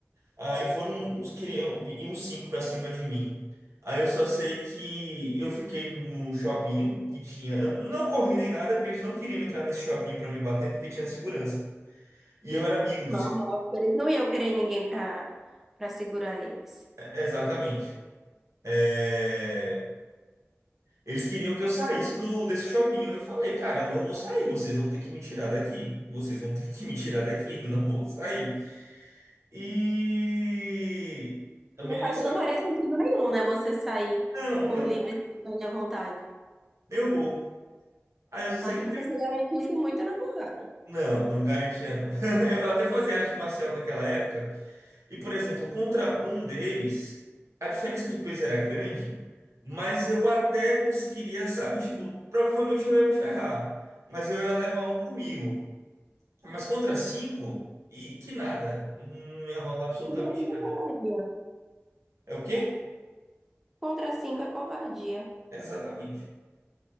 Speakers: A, on the right; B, in the centre.
A: Aí foram uns, cri- e uns cinco pra cima de mim. Aí eu só sei que eu fiquei num shopping que tinha. eu Não corri nem nada, porque eles não queriam entrar nesse shopping pra me bater, porque tinha segurança. E eu era amigo do.
B: Não,
A: se-
B: óbvio, eles não iam querer ninguém pra, pra segurar eles.
A: é, Exatamente. É, Eles queriam que eu saísse do, desse shopping. Eu falei, cara, não vou sair, vocês vão ter que me tirar daqui. Vocês vão ter que me tirar daqui, <laughs> não vou sair. E. a
B: Não
A: minha-
B: faz,
A: essa-
B: não faria sentido nenhum, né? Você sair
A: Não,
B: por
A: nem um,
B: livre e espontânea vontade.
A: nem um pouco. Aí eu só
B: Só
A: sei
B: se
A: que.
B: você se garantisse muito na porrada.
A: Não, não garantia, não. <laughs> Eu até fazia arte marcial naquela época. E, por exemplo, contra um deles, a diferença de peso era grande, mas eu até conseguiria, sabe, tipo, provavelmente eu ia me ferrar. Mas eu ia levar um comigo. Mas contra cinco, e que nada. Não ia rolar absolutamente
B: Contra cinco
A: nada.
B: é covardia.
A: É o quê?
B: Contra cinco é covardia.
A: Exatamente.